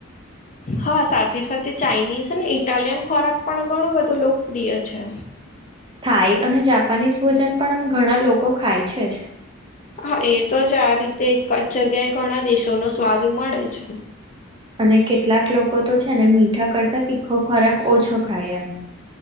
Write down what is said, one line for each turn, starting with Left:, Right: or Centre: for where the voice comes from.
Left: હા સાથે સાથે ચાઇનીઝ ને ઇટાલિયન ખોરાક પણ ઘણો બધો લોકપ્રિય છે
Right: થાય અને જાપાનીઝ ભોજન પણ આમ ઘણા લોકો ખાય છે જ
Left: હા એ તો જ આ રીતે એક જ જગ્યાએ ઘણા દેશોનો સ્વાદ મળે છે
Right: અને કેટલાક લોકો તો છે ને મીઠા કરતા તીખો ખોરાક ઓછો ખાય એમ